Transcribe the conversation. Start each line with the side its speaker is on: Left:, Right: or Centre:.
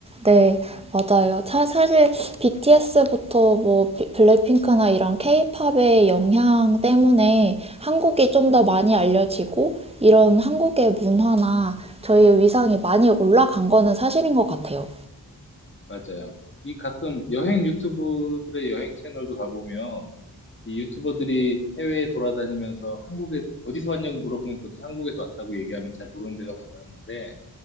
Right: 네,
Left: 음,
Right: 맞아요. 사, 사실 BTS부터 뭐 비- 블랙핑크나 이런 케이팝의 영향 때문에 한국이 좀 더 많이 알려지고 이런 한국의 문화나 저희의 위상이 많이 올라간 거는 사실인 것 같아요.
Left: 맞아요. 이 가끔 여행 유튜브들의 여행 채널도 가보면 이 유튜버들이 해외에 돌아다니면서 한국에 어디서 왔냐고 물어보면 보통 한국에서 왔다고 얘기하면 잘 모르는 데가 많았는데